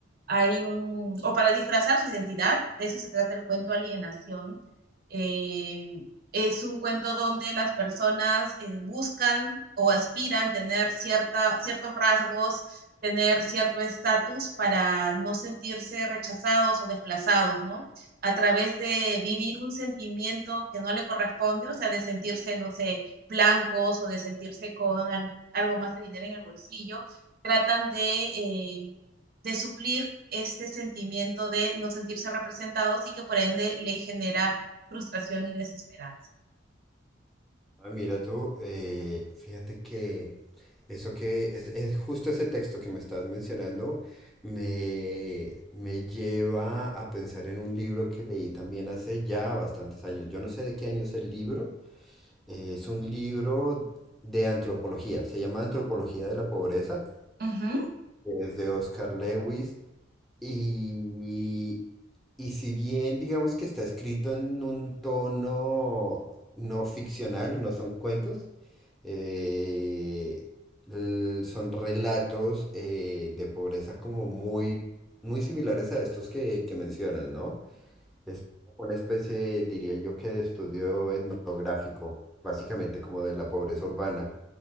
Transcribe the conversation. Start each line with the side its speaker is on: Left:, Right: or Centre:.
Right: hay un, o para disfrazar su identidad, de eso se trata el cuento Alienación. Eh, es un cuento donde las personas eh, buscan o aspiran tener cierta, ciertos rasgos, tener cierto estatus para no sentirse rechazados o desplazados, ¿no? a través de vivir un sentimiento que no le corresponde, o sea, de sentirse, no sé, blancos o de sentirse con algo más de dinero en el bolsillo, tratan de, eh, de suplir este sentimiento de no sentirse representados y que por ende le genera frustración y desesperanza.
Centre: Ah, mira tú, eh, fíjate que eso que es, es justo ese texto que me estás mencionando me, me lleva a pensar en un libro que leí también hace ya bastantes años. Yo no sé de qué año es el libro. eh, es un libro de antropología. Se llama Antropología de la Pobreza.
Right: Uh -huh,
Centre: es de Oscar Lewis. Y, y si bien digamos que está escrito en un tono no ficcional, no son cuentos, eh, l- son relatos eh, de pobreza como muy, muy similares a estos que, que mencionas, ¿no? Es una especie, diría yo, que de estudio etnográfico, básicamente como de la pobreza urbana.